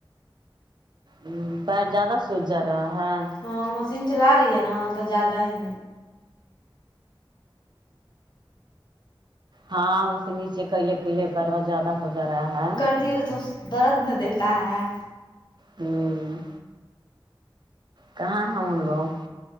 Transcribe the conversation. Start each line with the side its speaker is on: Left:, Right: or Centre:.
Right: ام پیر زیادہ سوج جا رہا ہے
Left: ہاں مشین چلا رہی ہے نا تو زیادہ ہی
Right: ہاں اس نیچے کیلے کیلے پروا زیادہ ہو جا رہا ہے
Left: توس <unintelligible> درد نہ دیتا ہے
Right: ہوں کہاں ہیں ان لوگ